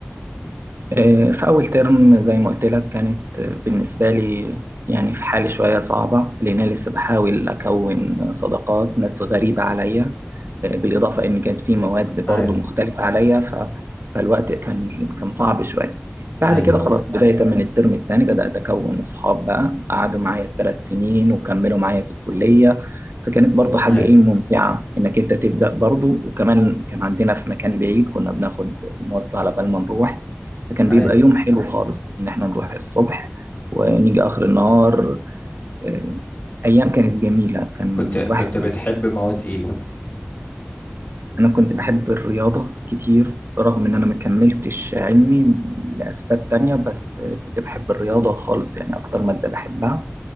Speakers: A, on the right; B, on the left.
A: آه، في اول ترم زي ما قلت لك كانت آه، بالنسبه لي يعني في حالة شوية صعبة لأن أنا لسه بحاول أكون صداقات ناس غريبة عليا بالإضافة إن كانت في مواد برضو
B: ايوه
A: مختلفة عليا ف... فالوقت كان كان صعب شوية بعد
B: ايوه
A: كده خلاص
B: ايوه
A: بداية من الترم الثاني بدأت أكون أصحاب بقى قعدوا معايا ثلاث سنين وكملوا معايا في الكلية فكانت برضو حاجة
B: ايوه
A: إيه ممتعة إنك أنت تبدأ برضو وكمان كان عندنا في مكان بعيد كنا بناخد مواصلة على بال ما نروح فكان
B: ايوه
A: بيبقى يوم حلو خالص إن إحنا نروح الصبح ونيجي آخر النهار آه، أيام كانت جميلة كان
B: كنت
A: الواحد
B: كنت بتحب مواد ايه؟
A: أنا كنت بحب الرياضة كتير رغم إن أنا ما كملتش علمي لأسباب تانية بس كنت بحب الرياضة خالص يعني أكتر مادة بحبها